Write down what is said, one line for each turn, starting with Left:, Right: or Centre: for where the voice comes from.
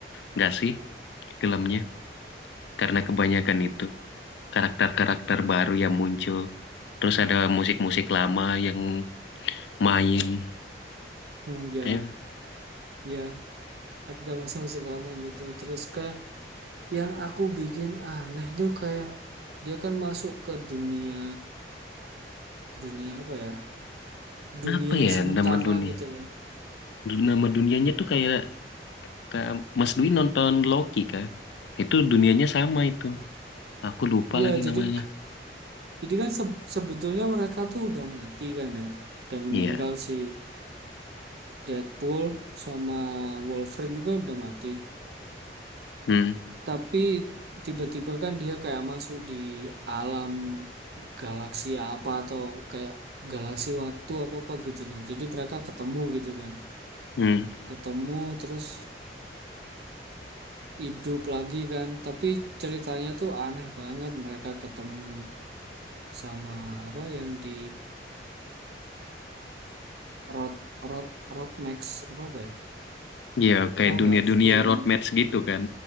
Left: nggak sih filmnya? Karena kebanyakan itu. karakter-karakter baru yang muncul. Terus ada musik-musik lama yang main.
Right: Hmm, ya,
Left: Kayak
Right: ya ada musik-musik lama gitu. Terus kayak yang aku bikin aneh tuh kayak dia kan masuk ke dunia dunia apa ya dunia
Left: apa ya
Right: sementara
Left: nama dunia?
Right: gitu loh
Left: Nama dunianya tuh kayak kayak Mas Dwi nonton Loki kan? Itu dunianya sama itu. Aku lupa
Right: Iya
Left: lagi
Right: jadi
Left: namanya.
Right: jadi kan se- sebetulnya mereka tuh udah mati kan ya udah meninggal
Left: Iya.
Right: si Deadpool sama Wolverine juga udah mati
Left: Hmm.
Right: tapi tiba-tiba kan dia kayak masuk di alam galaksi apa atau kayak galaksi waktu apa apa gitu loh jadi mereka ketemu gitu kan
Left: Hmm.
Right: ketemu terus hidup lagi kan tapi ceritanya tuh aneh banget mereka ketemu sama apa yang di Road Road Road Max apa apa ya
Left: Iya, kayak
Right: tahu
Left: dunia-dunia
Right: nggak film
Left: road match gitu kan.